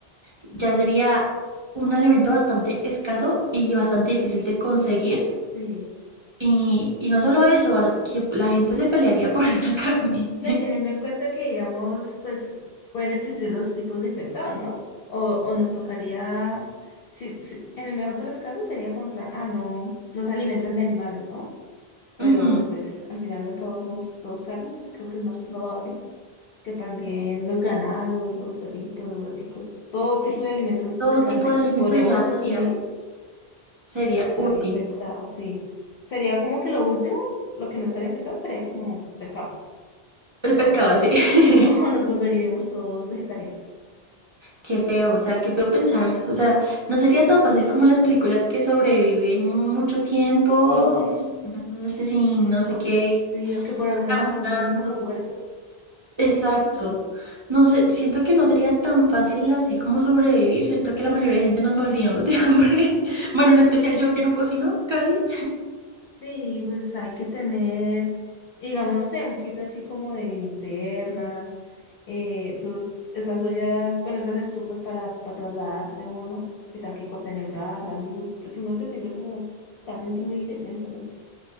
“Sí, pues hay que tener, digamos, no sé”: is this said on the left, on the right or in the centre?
Left